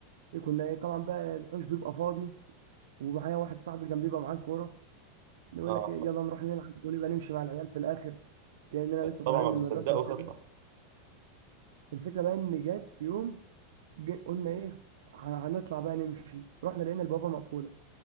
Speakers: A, on the right; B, on the right.
A: كنا إيه، طبعا بقى الحوش بيبقى فاضي ومعايا واحد صاحبي كان بيبقى معاه كوره نقول
B: اه
A: لك إيه، يلا نروح نلعب ونبقى نمشي مع العيال في الاخر كاننا لسه
B: طبعا
A: طالعين
B: ما
A: من
B: بتصدقه
A: المدرسه وكده
B: وتطلع
A: الفكره بقى ان جت في يوم جي- قلنا ايه ه- هنطلع بقى نمشي رحنا لقينا البوابه مقفوله